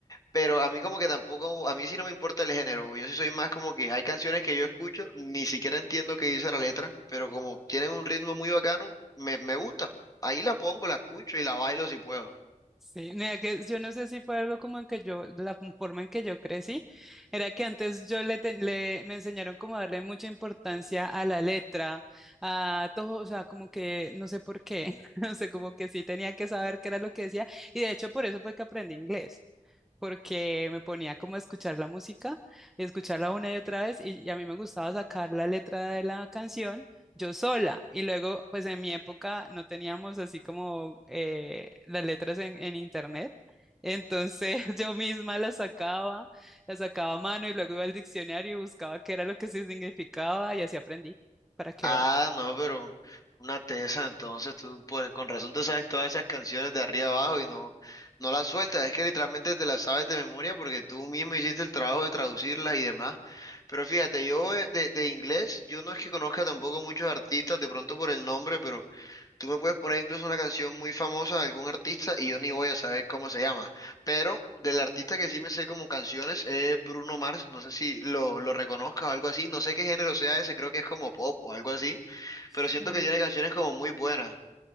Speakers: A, on the left; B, in the centre.
A: Pero a mí como que tampoco, a mí sí no me importa el género. Yo sí soy más como que hay canciones que yo escucho, ni siquiera entiendo qué dice la letra, pero como tienen un ritmo muy bacano, me, me gusta. Ahí la pongo, la escucho y la bailo si puedo.
B: Sí, mira que yo no sé si fue algo como en que yo, la forma en que yo crecí, era que antes yo le, te- le- me enseñaron como a darle mucha importancia a la letra, a todo, o sea, como que no sé por qué, <laughs> no sé, como que sí tenía que saber qué era lo que decía, y de hecho por eso fue que aprendí inglés porque me ponía como a escuchar la música y escucharla una y otra vez y, y a mí me gustaba sacar la letra de la canción yo sola y luego pues en mi época no teníamos así como eh, las letras en, en internet. Entonces <laughs> yo misma las sacaba, las sacaba a mano y luego iba al diccionario y buscaba qué era lo que sí significaba y así aprendí, para que
A: Ah,
B: vean.
A: no, pero una tesa, entonces tú por, con razón te sabes todas esas canciones de arriba abajo y no, no las sueltas, es que literalmente te las sabes de memoria porque tú mismo hiciste el trabajo de traducirlas y demás. Pero fíjate, yo eh, de, de inglés, yo no es que conozca tampoco muchos artistas, de pronto por el nombre, pero tú me puedes poner incluso una canción muy famosa de algún artista y yo ni voy a saber cómo se llama. Pero del artista que sí me sé como canciones es Bruno Mars. No sé si lo, lo reconozcas o algo así. No sé qué género sea ese, creo que es como pop o algo así.
B: Sí.
A: Pero siento que tiene canciones como muy buenas.